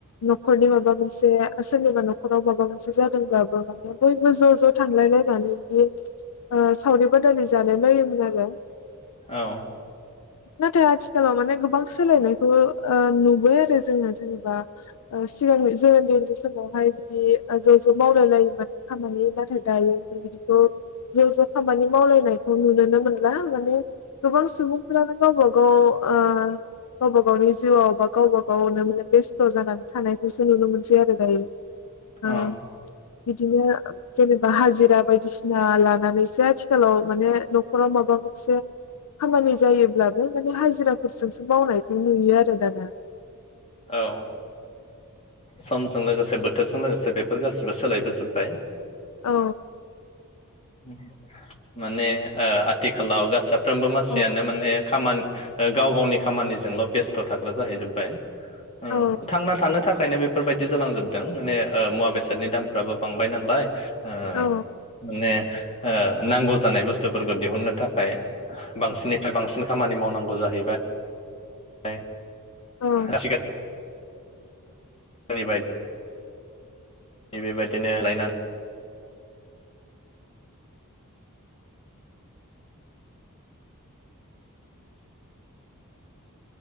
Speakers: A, on the left (about 80°); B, on the left (about 30°).
A: न'खरनि माबा मोनसे सोरनिबा न'खराव माबा मोन‌ से जादोंबाबो माने बयबो ज' ज' थांलायलायनानै बिदि ओ सावरि बादालि जालाय लायोमोन आरो।
B: औ
A: नाथाय आथिखालाव माने गोबां सोलायनायखौ ओ नुबाय आरो जोङो जेनेबा सिगांनि जों ओनदै ओनदै समावहाय बिदि ज' ज' मावलायलायोमोन खामानि नाथाय दायो बेबायबिदिखौ ज' ज' खामानि मावलायनायखौ नुुनोनो मोनला माने गोबां सुबुंफ्रानो गावबा गाव ओ गावबा गावनि जिउआव बा गावबा गावनो माने बेस्थ' जानानै थानायखौसो नुनो मोनसै आरो दायो। ओ
B: औ
A: बिदिनो जेनेबा हाजिरा बायदिसिना लानानैसो आथिखालाव माने न'खराव माबा मोनसे खामानि जायोब्लाबो माने हाजिराफोरजोंसो मावनायखौ नुयो आरो दाना।
B: औ समजों लोगोसे बोथोरजों लोगोसे बेफोर गासिबो सोलायबोजोब्बाय।
A: औ।
B: <inaudible> माने ओ आथिखालाव गासाफ्रोमबो मासियानो
A: औ
B: माने खामानि ओ गाव गावनि खामानिजोंल' बेस्थ' थाग्रा जाहैजोब्बाय। उम
A: औ
B: थांना थानो थाखायनो बेफोरबायदि जालांजोबदों माने मुवा बेसादनि दामफ्राबो बांबाय नालाय ओ
A: औ
B: माने ओ नांगौ जानाय बुस्थुफोरखौ दिहुननो थाखाय बांसिननिफ्राय बांसिन खामानि मावनांगौ जाहैबाय बाय
A: औ
B: <inaudible> <unintelligible> बेेबायदिनो लायनानै